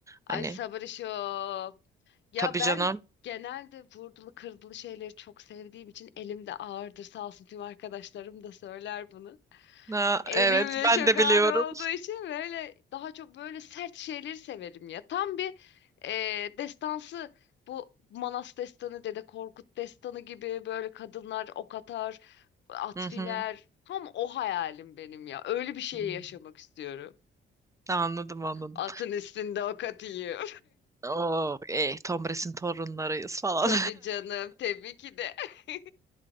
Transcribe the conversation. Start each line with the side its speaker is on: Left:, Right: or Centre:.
Left: ay
Right: Hani
Left: sabır işi o. Ya
Right: tabii
Left: ben
Right: canım.
Left: genelde vurdulu kırdılı şeyleri çok sevdiğim için elimde ağırdır. Sağ olsun tüm arkadaşlarım da söyler bunu.
Right: Ha,
Left: Elimde
Right: evet
Left: çok
Right: ben de
Left: ağır
Right: biliyorum.
Left: olduğu için böyle daha çok böyle sert şeyleri severim ya. Tam bir e, destansı bu Manas destanı, Dede Korkut destanı gibi böyle kadınlar ok atar, at
Right: Hı
Left: biner.
Right: hı.
Left: Tam o hayalim benim ya. Öyle bir şey
Right: Hmm.
Left: yaşamak istiyorum.
Right: Anladım anladım.
Left: Atın üstünde ok atayım.
Right: Oo, e, Tom Bras'in torunlarıyız
Left: <laughs>
Right: falan.
Left: Tabii canım, tabii ki de. <laughs>